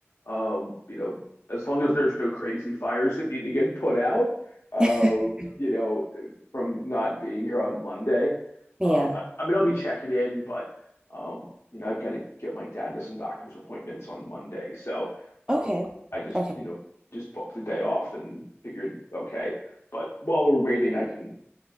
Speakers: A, on the left (about 85°); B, on the right (about 20°).
A: Um, you know, as long as there's no crazy fires that need to get put out, um,
B: <laughs>
A: you know, from not being here on Monday.
B: Yeah.
A: Um, I, I mean, I'll be checking in, but um, you know, I've got to get my dad to some doctor's appointments on Monday, so um,
B: Okay.
A: I just,
B: Okay.
A: you know, just booked the day off and figured, okay. But while we're waiting, I can